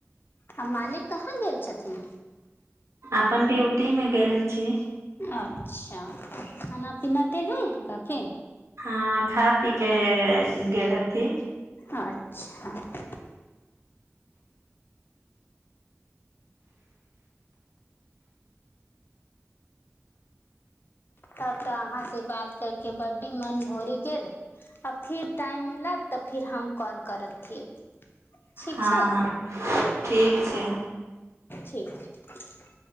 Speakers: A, on the left; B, on the right.
A: आ मालिक कहाँ गेल छथिन
B: अपन ड्यूटी मे गेल अछि
A: अच्छा खाना पीना देलहु हुनका की
B: हँ खा पी के गेल हथी
A: अच्छा तब तऽ अहाँ से बात करके बड्डी मन भरि गेल आ फिर टाइम मिलत तऽ फिर हम कॉल करथि ठीक
B: हँ
A: छै
B: ठीक छै
A: ठीक